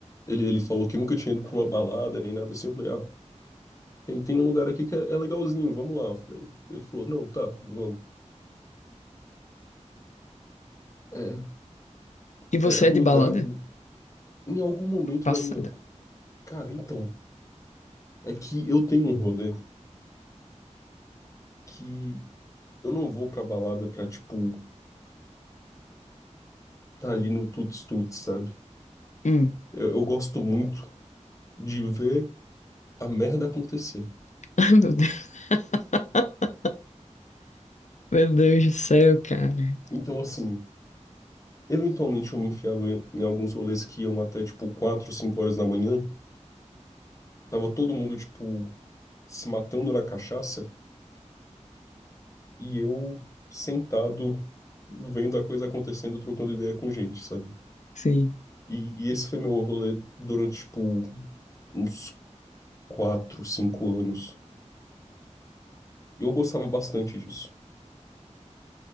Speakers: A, on the left; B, on the left.
A: Ele, ele falou que nunca tinha ido pra uma balada nem nada assim, eu falei, ah, tem, tem um lugar aqui que é, é legalzinho, vamos lá. Eu falei, ele falou, não, tá, vamos. É,
B: E você
A: é é um
B: é de
A: lugar,
B: balada?
A: em algum momento
B: Passada.
A: da minha... Cara, então, é que eu tenho um rolê que eu não vou pra balada pra, tipo tá ali no tuts-tuts, sabe?
B: Hum.
A: Eu, eu gosto muito de ver a merda acontecer.
B: <laughs> Ai, meu Deus. <laughs> Meu Deus do céu, cara.
A: Então, assim, eventualmente eu me enfiava em, em alguns rolês que iam até, tipo, 4, 5 horas da manhã. Tava todo mundo, tipo, se matando na cachaça e eu sentado vendo a coisa acontecendo, trocando ideia com gente, sabe?
B: Sim,
A: E, e esse foi meu rolê durante, tipo, uns 4 5 anos. Eu gostava bastante disso.